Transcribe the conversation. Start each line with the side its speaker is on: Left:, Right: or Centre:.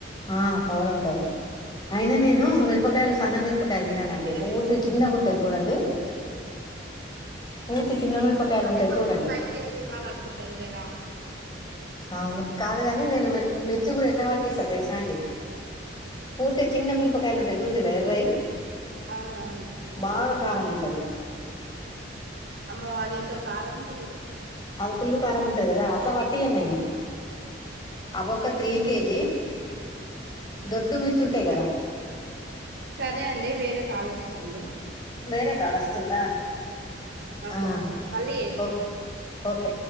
Left: ఆ పవర్ ఉంటది అయినా నేను మిరపకాయలు
Right: అందుకోసం
Left: సన్న మిరపకాయలు
Right: అని కొంచెం
Left: తిననండి
Right: లిమిట్ గా
Left: బూర్తి
Right: తీసుకుంటేనే
Left: చిన్నగుంటాయి
Right: బెటర్
Left: చూడండి
Right: లేండి కానీ
Left: పూతి చిన్నమిరపకాయలు
Right: కానీ
Left: ఉంటాయి
Right: కొందరు
Left: చూడండి
Right: స్పైసీగా తినాలి అనుకుంటారు కదా
Left: అవును కాదు కా నేన్ నేను మిర మిర్చీ కూడా ఎట్లపట్టిస్తా తెలుసా తాండే
Right: ఉమ్
Left: పూర్తి చిన్న మిరు పకాయలు ఉంటాయి చూసిర్రా ఎర్రయి
Right: అవునవును
Left: బాగా కారం ఉంటది
Right: అమ్మో అది ఇంక కారముంటది
Left: ఫుల్లు కారం ఉంటది కదా అట్ల పట్టియను నేను
Right: హ
Left: అవొక త్రీ కేజీ దొడ్డు మిర్చి ఉంటాయి
Right: స
Left: కదా
Right: సరే అండి వేరే కాలు వస్తుంది వస్తుంది
Left: వేరే కాల్ వస్తుందా
Right: ఓకేనా
Left: ఆ
Right: మళ్ళీ చేస్తలేనా
Left: ఓ- ఓకే